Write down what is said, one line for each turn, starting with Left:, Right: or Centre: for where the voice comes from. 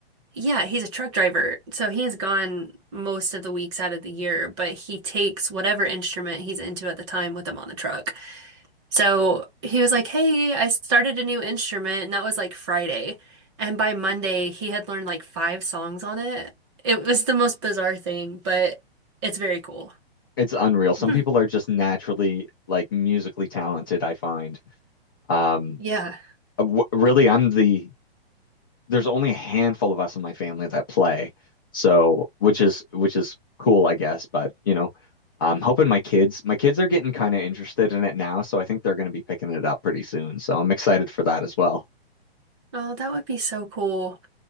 Right: Yeah, he's a truck driver. So he is gone most of the weeks out of the year, but he takes whatever instrument he's into at the time with him on the truck. So he was like, Hey, I started a new instrument. And that was like Friday. And by Monday, he had learned like five songs on it. It was the most bizarre thing, but it's very cool.
Left: It's unreal. Some
Right: <laughs>
Left: people are just naturally like musically talented, I find. Um,
Right: Yeah.
Left: w really, I'm the there's only a handful of us in my family that play. So, which is which is cool, I guess, but you know, I'm hoping my kids my kids are getting kind of interested in it now, so I think they're going to be picking it up pretty soon. So, I'm excited for that as well.
Right: Oh, that would be so cool.